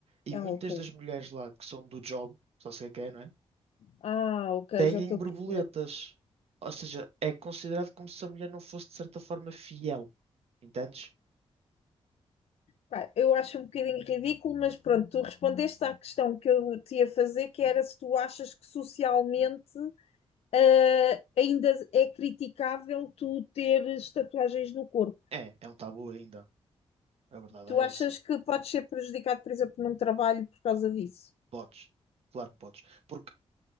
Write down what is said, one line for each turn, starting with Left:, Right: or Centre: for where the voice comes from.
Right: e
Left: Ah,
Right: muitas
Left: ok.
Right: das mulheres lá que são do job, só sei quem, não é?
Left: Ah, ok,
Right: Têm
Left: já estou
Right: borboletas.
Left: a perceber.
Right: Ou seja, é considerado como se a mulher não fosse de certa forma fiel. Entendes?
Left: Pá, eu acho um bocadinho ridículo, mas pronto, tu respondeste à questão que eu te ia fazer, que era se tu achas que socialmente ah, ainda é criticável tu teres tatuagens no corpo.
Right: É, é um tabu ainda. A verdade
Left: Tu
Right: é
Left: achas
Right: essa.
Left: que podes ser prejudicado, por exemplo, num trabalho por causa disso?
Right: Podes, claro que podes. Porque